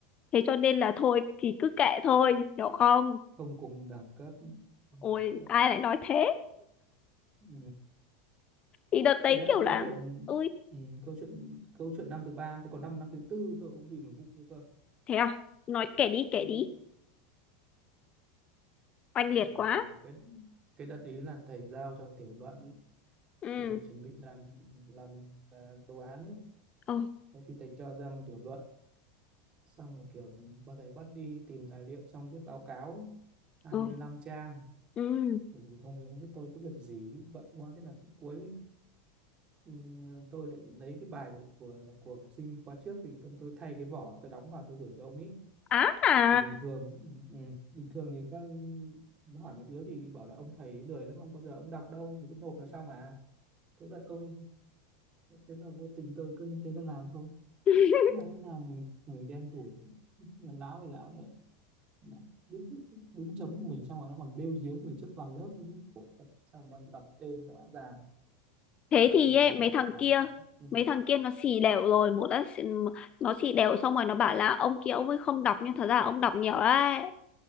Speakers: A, on the left; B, on the right.
A: thế cho nên là thôi thì cứ kệ thôi hiểu không
B: không cùng đẳng cấp đẳng
A: ôi
B: cấp
A: ai lại nói thế
B: ừ.
A: thì đợt đấy
B: cái đấy là
A: kiểu là
B: câu chuyện
A: ui
B: ừ, câu chuyện câu chuyện năm thứ ba tôi còn năm năm thứ tư tôi cũng bị một vụ nữa cơ
A: thế à nói kể đi kể
B: ừ,
A: đi oanh liệt
B: tức là
A: quá
B: cái cái đợt ý là thầy giao cho tiểu luận
A: ừ
B: để chuẩn bị làm làm à, đồ án ấy
A: ừ
B: Thế thì thầy cho ra một tiểu luận xong rồi kiểu bà thầy bắt đi tìm tài liệu xong viết báo cáo ấy, 25
A: ừ
B: trang
A: ừ
B: bởi vì thông minh biết tôi có việc gì bận quá thế là cũng cuối ừ, tôi lại lấy cái bài của của sinh khóa trước thì tôi, tôi thay cái vỏ tôi đóng vào tôi gửi với ông ấy
A: á à
B: thì bình thường ừ, ừ, bình thường thì các nó hỏi mấy đứa thì bảo là ông thầy lười lắm ông bao giờ ông đọc đâu thì cứ nộp là xong à tức là tôi thế là vô tình tôi cứ thế tôi làm thôi
A: <laughs>
B: thế là, nó là mình mình đen đủi là lão thì lão đấy Đã đúng, đúng chấm của mình xong rồi nó còn bêu díu mình trước toàn lớp nữa chứ Ủa, tại sao mà đọc tên rõ ràng
A: thế thì
B: Xong
A: ấy,
B: lại bạn
A: mấy
B: bảo
A: thằng
B: là
A: kia
B: ừ,
A: mấy thằng kia nó xì đều rồi một đã xì- nó xì đều xong rồi nó bảo là ông kia ông ấy không đọc nhưng thật ra ông đọc nhiều đấy